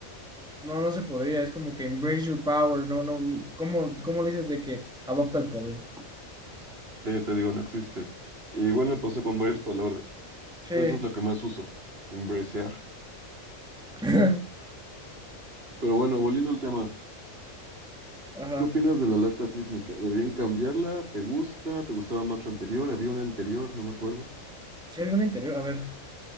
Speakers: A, in the centre; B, on the right.
A: no, no se podría, es como que embrace your power, no, no, mm, ¿cómo, cómo le dices de que adopta el poder?
B: Sí, te digo, no existe. Igual me pasó con varias palabras.
A: Sí.
B: Pues eso es lo que más uso, Embracear.
A: <laughs>
B: Pero bueno, volviendo al tema,
A: Ajá.
B: ¿qué opinas de la alerta sísmica? ¿Deberían cambiarla? ¿Te gusta? ¿Te gustaba más la anterior? ¿Había una anterior? No me acuerdo.
A: Sí, había una interior, a ver,